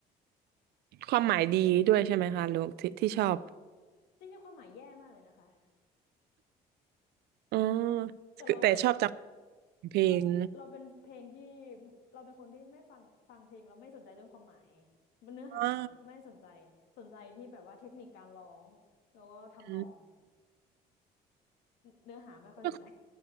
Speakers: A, on the right; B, on the left.
A: ความหมายดีด้วยใช่ไหมคะลูกอที่ที่ชอบ
B: จริงๆความหมายแย่มากเลยนะคะ
A: อ๋อ
B: แต่เราแบบ
A: คือแต่ชอบจำเพลง
B: เราเราเป็นเพลงที่เราเป็นคนที่ไม่ฟังฟังเพลงเราไม่สนใจเรื่องความหมายมันเนื้อหาไม่สนใจ
A: อ่า
B: สนใจที่แบบว่าเทคนิคการร้องแล้วก็ทำนอง
A: <laughs>
B: เนื้อหาไม่ค่อยสนใจ
A: ก็